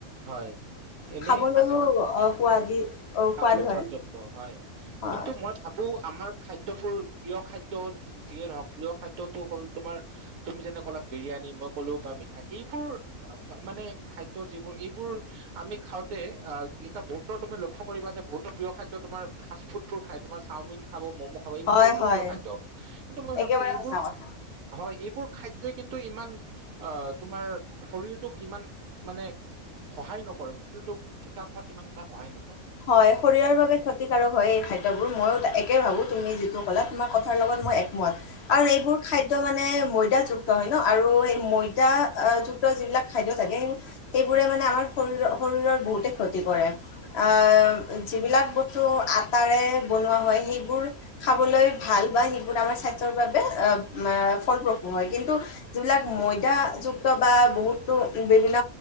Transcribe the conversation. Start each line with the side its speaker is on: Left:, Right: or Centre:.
Right: হয়। এনেই
Left: খাবলৈও
Right: সাধাৰণ,
Left: অ, সোৱাদি অ,
Right: খাবলৈ
Left: সোৱাদ হয়
Right: সোৱাদযুক্ত হয়,
Left: হয়
Right: কিন্তু মই ভাবোঁ আমাৰ খাদ্যয়বোৰ, প্ৰিয় খাদ্য যিয়ে নহওক, প্ৰিয় খাদ্যটো হ'ল, তোমাৰ, তুমি যেনে ক'লা বিৰিয়ানী মই ক'লো বা মিঠাই, এইবোৰ মানে খাদ্য যিবোৰ এই আমি খাওঁতে এতিয়া বহুতৰ তুমি লক্ষ্য কৰিবা যে, বহুতৰ প্ৰিয় খাদ্য তোমাৰ ফাষ্ট ফুডটোৰ খাই। তোমাৰ চাওমিন খাব মম' খাব এইবোৰ
Left: হয়
Right: তেওঁলোকৰ
Left: হয়
Right: প্ৰিয় খাদ্য। কিন্তু মই ভাবোঁ
Left: একেবাৰে
Right: এইবোৰ,
Left: সঁচা কথা
Right: হয় এইবোৰ খাদ্যয়ই কিন্তু ইমান, অ'হ তোমাৰ, শৰীৰটোক ইমান, মানে সহায় নকৰে, শৰীৰটোক বিকাশ হোৱাত ইমান এটা সহায় নকৰে।
Left: হয়, শৰীৰৰ বাবে ক্ষতিকাৰক হয় এই খাদ্য। ময়ো একেই ভাবোঁ, তুমি যিটো ক'লা, তোমাৰ কথাৰ লগত মই একমত। কাৰণ এইবোৰ খাদ্য মানে ময়দাযুক্ত হয় ন, আৰু এই ময়দা, যুক্ত যিবিলাক খাদ্য থাকে, সেইবোৰে মানে আমাৰ শৰৰীৰ, শৰীৰৰ বহুতে ক্ষতি কৰে। অ'হ, যিবিলাক বস্তু আটাৰে বনোৱা হয়, সেইবোৰ খাবলৈ ভাল বা সেইবোৰ আমাৰ স্বাস্থ্যৰ বাবে ফলপ্ৰসূ হয়, কিন্তু যিবিলাক ময়দাযুক্ত বা বহুতো বিভিন্ন